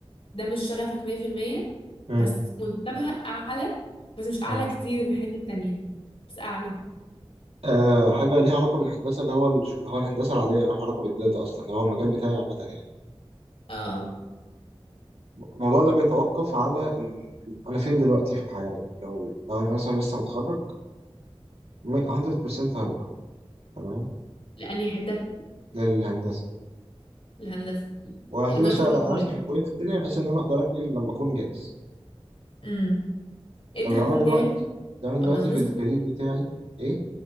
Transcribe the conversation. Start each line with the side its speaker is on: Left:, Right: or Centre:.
Left: ده مش شغفك 100%
Right: مم.
Left: بس مرتبها اعلى بس مش
Right: تمام
Left: اعلى كتير من الحته التانية بس اعلى
Right: آه حاجة ليها علاقة بالهندسة اللي هو اللي هو الهندسة العادية مالهاش علاقة بالداتا أصلا اللي هو المجال بتاعي عامة يعني
Left: اه
Right: الموضوع ده بيتوقف على ال... أنا فين دلوقتي في الحياة يعني لو لو أنا مثلا لسه متخرج م- 100% هروح تمام
Left: لاني حته
Right: للهندسة
Left: الهندسه
Right: وهبتدي
Left: المرتب
Right: أشتغل
Left: الاكبر
Right: على نفسي
Left: يعني
Right: في البوينت التانية بحيث إن أنا أقدر أنقل لما أكون جاهز
Left: امم امتى
Right: طب لو
Left: هكون
Right: أنا دلوقتي
Left: جاهز
Right: لو أنا دلوقتي
Left: اما اظنش
Right: في الكارير بتاعي إيه؟